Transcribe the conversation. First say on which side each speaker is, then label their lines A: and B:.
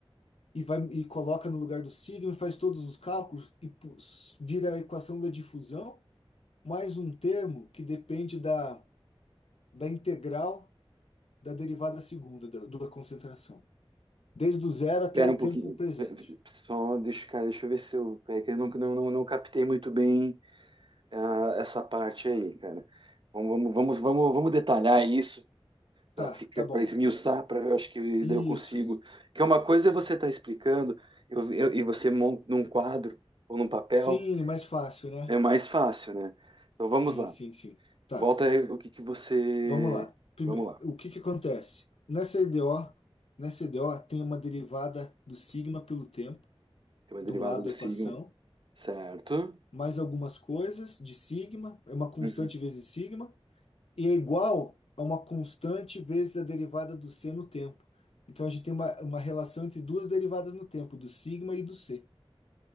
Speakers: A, on the left; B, on the right.
A: e vai e coloca no lugar do sigma, e faz todos os cálculos e pu- vira a equação da difusão mais um termo que depende da, da integral da derivada segunda da, da concentração. Desde o zero até
B: espera
A: o
B: um
A: tempo
B: pouquinho.
A: presente.
B: Pe- Só deixa, cara, deixa eu ver se eu. É que eu não, não, não, não captei muito bem ah, essa parte aí, cara. Vamos, vamos, vamos, vamos vamos detalhar isso
A: Tá,
B: para ficar,
A: tá bom.
B: para esmiuçar, para eu acho que
A: Isso.
B: daí eu consigo. Que é uma coisa é você estar explicando eu- eu- e você monta num quadro ou num papel,
A: Sim, mais fácil, né?
B: é mais fácil, né? Então vamos
A: Sim,
B: lá.
A: sim, sim. Tá,
B: Volta aí o que que você.
A: vamos lá. Primeiro,
B: Vamos lá.
A: o que que acontece? Nessa EDO, nessa EDO tem uma derivada do sigma pelo tempo,
B: Tem uma
A: de
B: derivada
A: um lado
B: do
A: da
B: signo,
A: equação,
B: certo?
A: mais algumas coisas de sigma, é uma constante
B: Uhum.
A: vezes sigma, e é igual a uma constante vezes a derivada do c no tempo. Então a gente tem uma, uma relação entre duas derivadas no tempo, do sigma e do c,